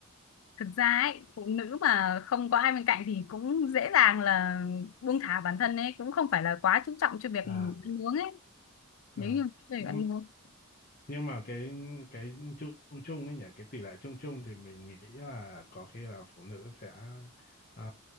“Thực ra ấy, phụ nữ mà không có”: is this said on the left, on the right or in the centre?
Left